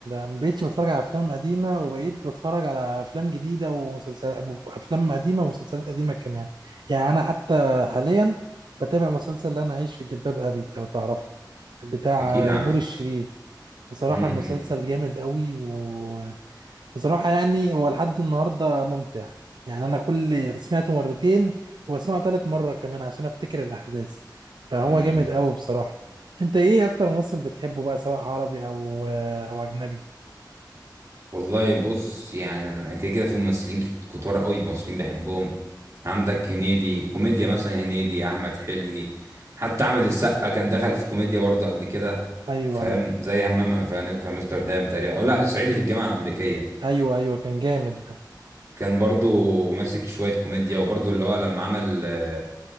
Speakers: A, on the right; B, on the right.
A: ما بقتش بتفرج على أفلام قديمة وبقيت بتفرج على أفلام جديدة ومسلسلات أفلام قديمة ومسلسلات قديمة كمان يعني أنا حتى حاليا بتابع مسلسل اللي أنا عايش في جلباب أبي لو تعرفه بتاع
B: اكيد عارف
A: نور الشريف بصراحة
B: امم
A: المسلسل
B: إمم،
A: جامد قوي و... بصراحة يعني هو لحد النهاردة ممتع يعني أنا كل سمعته مرتين وبسمعه تالت مرة كمان عشان أفتكر الأحداث فهو
B: إمم.
A: جامد أوي بصراحة أنت إيه أكتر ممثل بتحبه بقى سواء عربي أو أو أجنبي؟
B: والله بص يعني انا كده كده في ممثلين كت- كتار قوي ممثلين بحبهم عندك هنيدي كوميديا مثلا هنيدي احمد حلمي حتى احمد السقا كان دخل في كوميديا برضه قبل كده
A: أيوه
B: فاهم
A: أيوه
B: زي همام في في امستردام تقريبا او لا الصعيدي في الجامعه الامريكيه
A: أيوه أيوه كان جامد ده
B: كان برضه ماسك شويه كوميديا وبرضه اللي هو لما عمل آه،